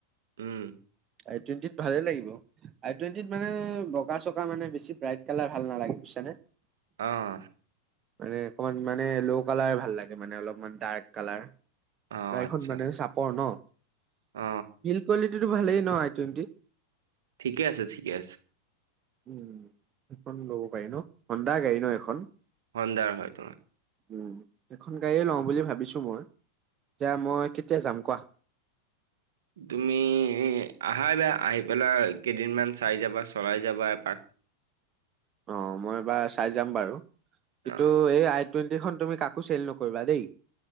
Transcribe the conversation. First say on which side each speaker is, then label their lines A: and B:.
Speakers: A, on the right; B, on the right.
A: উম।
B: আই টুৱেণ্টিত ভালে লাগিব, আই টুৱেণ্টিত মানে বগা চকা মানে বেছি ব্ৰাইট কালাৰ ভাল নালাগে বুজিছানে?
A: অ'।
B: মানে অকমান মানে ল' কালাৰ ভাল লাগে মানে অলপমান ডাৰ্ক কালাৰ।
A: অ',
B: গাড়িখন
A: আচ্ছা
B: মানে চাপৰ ন,
A: অ',
B: বিলদ কোৱালিটিটো ভালেই ন আই টুৱেণ্টি?
A: ঠিকে আছে, ঠিকে আছে।
B: উম' এখন ল'ব পাৰি ন, হন্দা গাড়ী ন এখন?
A: হন্দা হয় তোমাৰ।
B: উম' এখন গাড়ীয়ে লও বুলি ভাবিছো মই, এতিয়া মই কেতিয়া যাম কোৱা?
A: তুমি আহা বা আহি পেলাই কেইদিনমান চাই যাবা, চলাই যাবা এপাক।
B: অ মই এইবাৰ চাই বাৰু, কিন্তু
A: অ
B: এই আই টুৱেণ্টিখন তুমি কাকো চেল নকৰিবা দেই।